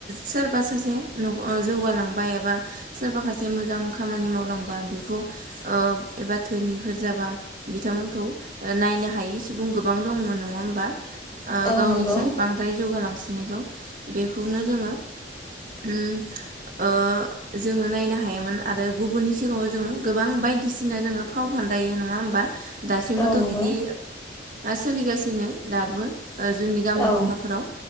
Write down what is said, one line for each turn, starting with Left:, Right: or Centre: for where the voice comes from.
Right: सोरबा सासे जौगालांबाय एबा सोरबाखासे मोजां खामानि मावलांबाय बेखौ एबा धोनिफोर जाबा बिथांमोनखौ नायनो हायि सुबुं गोबां दंमोन नङा होमबा
Left: औ
Right: गावनिसाय
Left: नंगौ
Right: बांद्राय जौगालांसिननायखौ बेखौनो जोङो
Left: <inaudible>
Right: उम ओ जोङो नायनो हायोमोन आरो गुबुननि सिगाङाव जोङो गोबां बायदिसिना बिदिनो जोङो फाव फान्दायो नङा होमबा दासिमबोथ'
Left: औ नंगौ
Right: बिदि सोलिगासिनो दाबो जोंनि गामि
Left: औ
Right: गफाफोराव